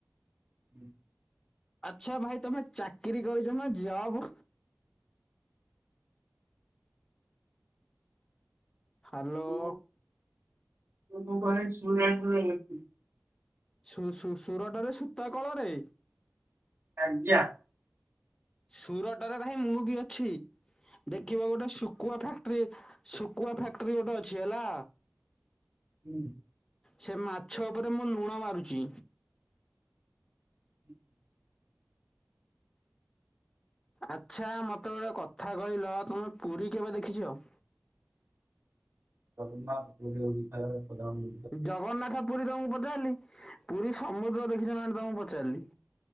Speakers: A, on the right; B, on the left.
A: ହୁଁ।
B: ଆଚ୍ଛା ଭାଇ ତମେ ଚାକିରି କରିଚନା ଜବ୍? ହାଲୋ।
A: ମୁ ମୁକଣ କରେ ସୁରାଟରେ ଅଛି।
B: ସୁ ସୁ ସୁ ସୁରଟରେ ସୂତା କଳରେ?
A: ଆଜ୍ଞା।
B: ସୁରଟରେ ଭାଇଁ ମୁବିଅଛି ଦେଖିବ ଗୋଟେ ଶୁକୁଆ ଫା ଫ୍ୟାକ୍ଟ୍ରିରି ଶୁକୁଆ ଫ୍ୟାକ୍ଟ୍ରିରି ଗୋଟେ ଅଛି ହେଲା।
A: ହୁଁ।
B: ସେ ମାଛ ଉପରେ ମୁଲୁଣ ମାରୁଚି।
A: <inaudible>
B: ଆଚ୍ଛା ମତେ ଗୋଟେକଥା କହିଲ ତମେ ପୁରୀ କେବେ ଦେଖିଚ?
A: ଜଗନ୍ନାଥ ପୁରୀ ଓଡ଼ିଶାରେ ପ୍ରଧାନ
B: ଜଗନ୍ନାଥ ପୁରୀ ତମକୁ ପଚାରିଲି ପୁରୀ ସମୁଦ୍ର ଦେଖିଚନା ତମକୁ ପଚାରିଲି।